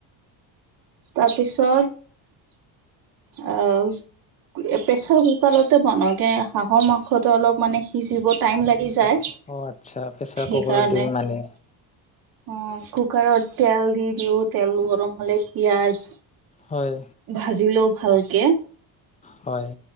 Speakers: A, on the right; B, on the left.
A: তাৰপিছত। অ', প্ৰেচাৰ কুকাৰতে বনাওঁতে। হাঁহৰ মাংসটো অলপ মানে সিজিব টাইম লাগি যায়
B: অ', অ', আচ্ছা, প্ৰেছাৰ
A: সেইকাৰণে।
B: কুকাৰত দিয়ে মানে।
A: অ', কুকাৰত তেল দি দিওঁ তেল গৰম হ'লে পিয়াজ।
B: হয়।
A: ভাজি লওঁ ভালকে।
B: হয়।